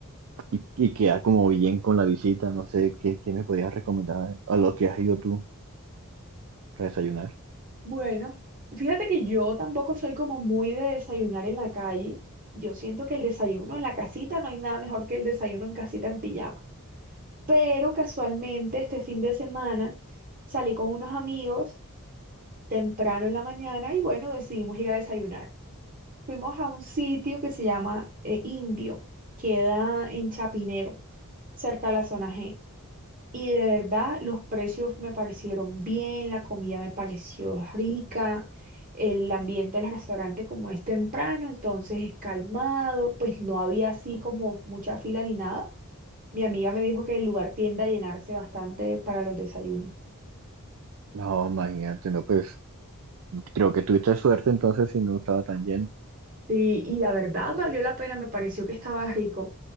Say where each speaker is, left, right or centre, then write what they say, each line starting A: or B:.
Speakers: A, on the right; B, on the right.
A: y, y quedar como bien con la visita. No sé qué, qué me podrías recomendar a lo que has ido tú para desayunar.
B: Bueno, fíjate que yo tampoco soy como muy de desayunar en la calle. Yo siento que el desayuno en la casita no hay nada mejor que el desayuno en casita en pijama. Pero casualmente este fin de semana salí con unos amigos temprano en la mañana y bueno, decidimos ir a desayunar. Fuimos a un sitio que se llama eh, Indio, queda en Chapinero, cerca a la zona G. Y de verdad, los precios me parecieron bien, la comida me pareció rica, el ambiente del restaurante como es temprano, entonces es calmado, pues no había así como mucha fila ni nada. Mi amiga me dijo que el lugar tiende a llenarse bastante para los desayunos.
A: No, imagínate, no, pues creo que tuviste suerte entonces si no estaba tan lleno.
B: Sí, y la verdad valió la pena, me pareció que estaba rico.